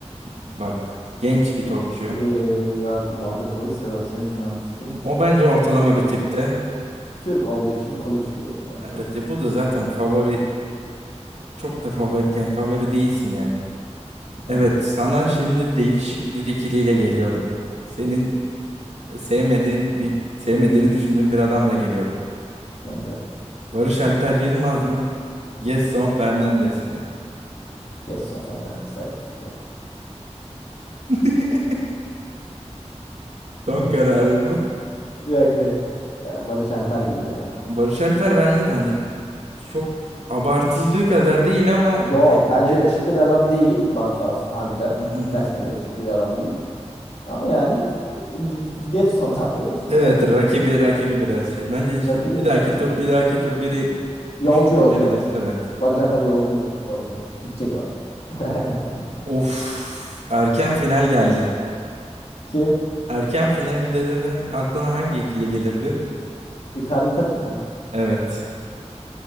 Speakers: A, on the right (about 75°); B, on the left (about 60°).
A: Bak genç bir topçu.
B: Ee, Yakup Arda Kılıç, Sebastian Szymanski.
A: O bence ortalama bir tipte.
B: Türk olduğu için Kılıç diyorum ya.
A: Evet ya bu da zaten favori çok da favori yani favori değilsin yani.
B: Yani
A: Evet sana şimdi değişik bir ikiliyle geliyorum. Senin sevmediğin bir sevmediğini düşündüğün bir adamla geliyorum.
B: gönder.
A: Barış Alper Yılmaz mı? Gedson
B: Hı.
A: Fernandes mi?
B: Gelson Fernandes Ajax
A: <laughs> Son
B: ya.
A: kararı mı?
B: Yok yok. Ya Barış Alper gibi ya.
A: Barış Alper bence de hani çok abartıldığı kadar değil ama
B: Yok
A: ya-
B: bence
A: ya-
B: yakışıklı bir adam değil bana sorarsan harbiden.
A: Hı hı hı.
B: Gerçekten yakışıklı bir adam değil. Ama yani ge- geç sondan da yakışıklı
A: Evet
B: yapacak
A: rakibi
B: bir şey.
A: rakibi biraz şey. Bence işte
B: Rakibi
A: bir dahaki
B: cırt çıktı.
A: tur bir dahaki tur biri
B: Yolcu
A: güçlü birine
B: yolcu.
A: gelirse evet.
B: Barış Alper yolcu yolcu. Gidecek o. <laughs> Merak etme.
A: Of erken final geldi.
B: Kim?
A: Erken final dediğin aklına hangi ikili gelirdi?
B: Icardi Tadic mi?
A: Evet.